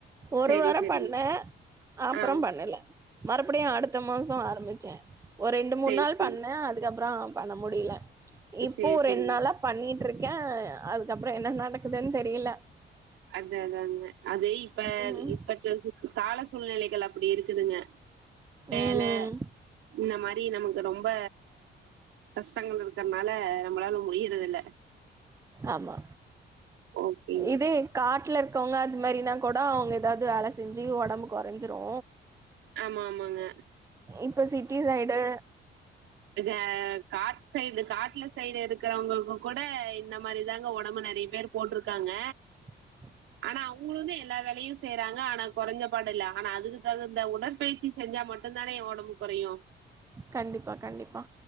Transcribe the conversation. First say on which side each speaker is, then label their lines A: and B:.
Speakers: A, on the right; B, on the right.
A: ஒரு
B: சரி
A: வாரோ
B: சரிங்க
A: பண்ண அப்றோ
B: ஆ
A: பண்ணல மறுபடியு அடுத்த மாசோ ஆரம்பிச்ச ஒரு ரெண்டு மூணு
B: சரி
A: நாள்
B: சரி
A: பண்ண அதுக்கப்றோ முடில இப்போ
B: சரி சரிங்க
A: ரெண் நாளா பண்ணிட் இர்க்க அதுக்கப்றோ என்ன நடக்குதுன்னு தெரில
B: அதா அதா அதான்ன அது
A: ம்.
B: இப்ப தாட்ஸ் கால சூழ்நிலைகள் அப்டி இருக்குதுங்க வேல
A: ம்.
B: இந்த மாரி நமக்கு ரொம்ப கஷ்டங்கள் இருக்கறனால நம்மளால முடியறது இல்ல
A: ஆமா
B: ஓகேங்க.
A: இதே காட்ல்ல இருக்கவங்க அது மாரின்னா கூடோ அவுங்க எதாவுது வேல செஞ்சி ஒடம்பு கொறஞ்சிறு
B: ஆமா, ஆமாங்க.
A: இப்ப சிட்டி சைடு
B: அ காட் சைடு காட்ல சைடு இருக்கிறவங்களுக்கு கூட இந்த மாரி தாங்க ஒடம்பு நெறைய பேரு போட்டுருக்காங்க
A: <inaudible>
B: ஆனா அவுங்களுந்தா எல்லா வேலயு செய்றாங்க ஆனா கொறஞ்ச பாடுல்ல ஆனா அதுக்கு தகு இந்த உடற்பயிற்சி செஞ்சா மட்டுந்தானே ஏ ஒடம்பு கொறயு
A: கண்டிப்பா கண்டிப்பா